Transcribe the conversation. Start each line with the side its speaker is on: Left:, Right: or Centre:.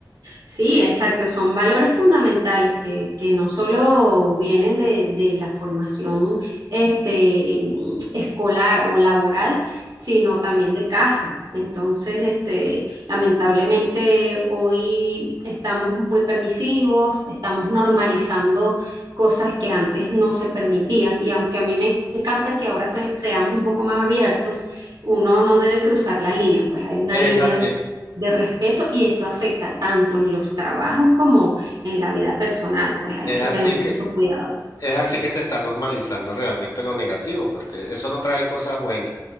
Right: Sí, exacto, son valores fundamentales que, que no solo vienen de, de la formación este, em, escolar o laboral, sino también de casa. Entonces, este, lamentablemente hoy estamos muy permisivos, estamos normalizando cosas que antes no se permitían y aunque a mí me encanta que ahora se- seamos un poco más abiertos, uno no debe cruzar la línea, pues hay una
Left: es
Right: línea
Left: así,
Right: de respeto y esto afecta tanto en los trabajos como en la vida personal, pues hay
Left: es
Right: que
Left: así
Right: tener mucho
Left: que...
Right: cuidado.
Left: Es
Right: Sí,
Left: así que se está normalizando realmente lo negativo, porque eso no trae cosas buenas.